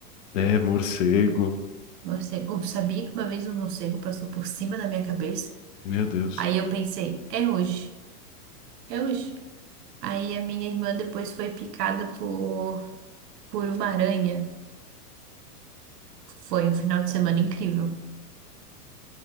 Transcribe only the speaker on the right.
morcego. Eu sabia que uma vez um morcego passou por cima da minha cabeça.
Aí eu pensei, é hoje. É hoje. Aí a minha irmã depois foi picada por, por uma aranha. Foi um final de semana incrível.